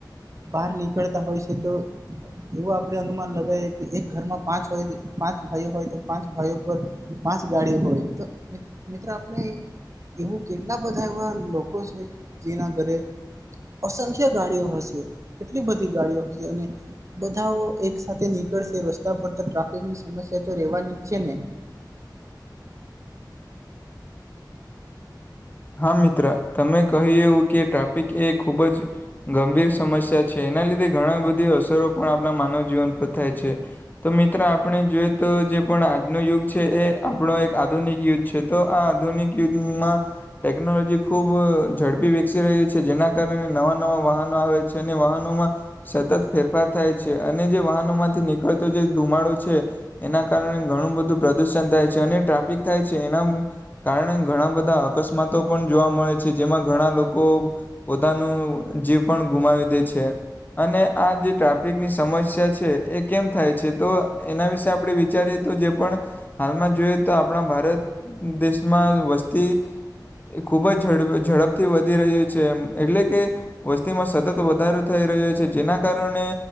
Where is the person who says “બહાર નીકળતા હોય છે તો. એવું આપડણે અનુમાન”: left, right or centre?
Right